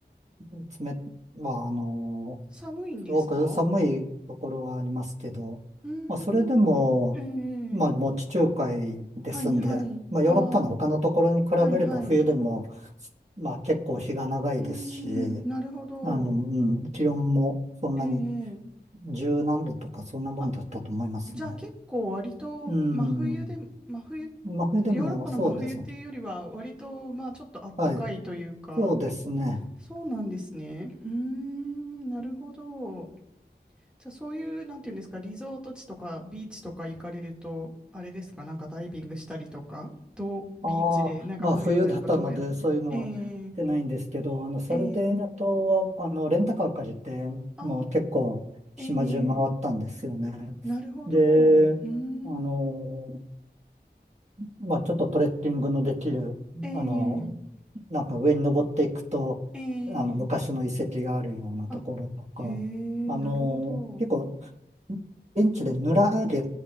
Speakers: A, on the right (about 40°); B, in the centre.
A: ー、冷、まあ、あの
B: 寒いんですか
A: ー、すごく寒いところはありますけど、
B: うー
A: まあ、それでも、
B: ん。え
A: まあ、
B: え、
A: もう地中海ですんで、
B: はいはい。
A: まあ、ヨーロッパの他のところに比べれば冬でも、
B: ああ、はいはい。う
A: まあ、結構日が長いですし、
B: ーん、なるほど。
A: あの、うん、気温もそんなに
B: ええ、
A: 十何度とかそんなもんだったと思いますね。
B: あ、じゃあ結構割と真冬で、
A: うん。
B: 真冬、
A: まあ、冬でもそうですね。
B: ヨーロッパの真冬っていうよりは割とまあちょっとあったかいというか、
A: はい。そうですね。
B: そうなんですね。うーん、なるほど。じゃあそういう、なんていうんですか、リゾート地とかビーチとか行かれると、あれですか、なんかダイビングしたりとか、どう、ビーチでなんか本読んだりとか、
A: ああまあ冬だったので、
B: どうやって、
A: そういうのは出ないんですけど、
B: ええ
A: あの、サルデーニャ島は、
B: ええ
A: あの、レンタカー借りて、
B: ああ
A: もう結構島中回ったんですよね。
B: ー、ええなるほど、
A: で、
B: うーん、
A: あの、まあちょっとトレッキングのできる、
B: ええ
A: あの、なんか上に登っていくと、
B: ええ
A: あの、昔の遺跡があるようなところとか、
B: あ、へえ、
A: あの、
B: なるほど、
A: 結構現地でヌラーゲっ